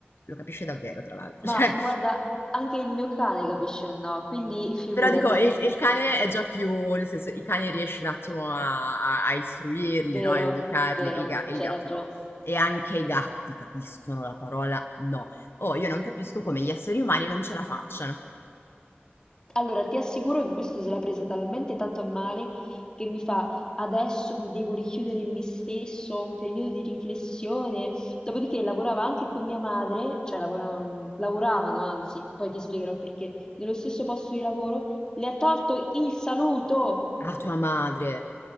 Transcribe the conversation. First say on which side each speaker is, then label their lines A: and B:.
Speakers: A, on the left; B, on the left.
A: Lo capisce davvero, tra l'altro,
B: Ma
A: <laughs> cioè,
B: guarda, anche il mio cane capisce un no, quindi figurati.
A: però dico, il, il cane è già più, nel senso, i cani riesci un attimo a, a- a istruirli,
B: Vero,
A: no? Ad educarli,
B: vero,
A: il, ga- il
B: c'hai
A: gatto
B: ragione.
A: no. E anche i gatti capiscono la parola no. Oh, io non capisco come gli esseri umani non ce la facciano.
B: Allora, ti assicuro che questo se l'ha presa talmente tanto a male che mi fa adesso mi devo richiudere in me stesso, ho un periodo di riflessione. Dopodiché lavorava anche con mia madre, cioè lavoravano, lavoravano, anzi, poi ti spiegherò perché, nello stesso posto di lavoro, le ha tolto il saluto.
A: Ah, tua madre!